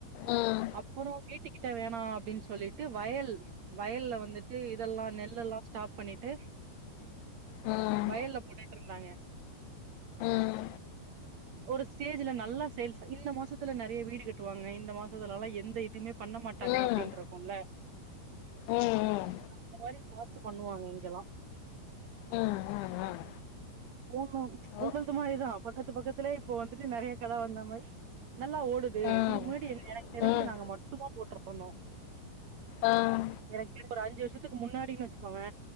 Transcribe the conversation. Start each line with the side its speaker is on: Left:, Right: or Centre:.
Left: ஆஹ்
Right: அப்புறோ வீட்டு கிட்ட வேணா அப்டின் சொல்லிட்டு வயல் வயல்ல வந்துட்டு இதெல்லா நெல்லல்லா ஸ்டாப் பண்ணிட்டு
Left: ம்
Right: வயல்ல போட்டுட்டுருந்தாங்க
Left: உம்
Right: ஒரு ஸ்டேஜ்ல நல்லா சேல்ஸ் இந்த மாசத்துல நெறைய வீடு கட்டுவாங்க இந்த மாசத்துலல்லா எந்த இதுமே பண்ண மாட்டாங்க
Left: ம்
Right: அப்டின்றக்குல்ல
Left: ம் ம்
Right: அந்த மாரி பாத்து பண்ணுவாங்க இங்கல்லா
Left: ம் ம் ம்
Right: உன்னு
Left: ஓ
Right: உங்கள்து மாரிதா பக்கத்து பக்கத்துலயே இப்போ வந்துட்டு நெறைய கட வந்த மாரி நல்லா ஓடுது
Left: ம்
Right: இதுக்கு முன்னாடி எங்க எனக்கு தெரிஞ்சு
Left: ம்
Right: நாங்க மட்டுதா போட்டுட்ருந்தோ
Left: ஆஹ்
Right: எனக்கு தெரிஞ் ஒரு அஞ்சு வருஷத்துக்கு முன்னாடின்னு வச்சுக்கோவே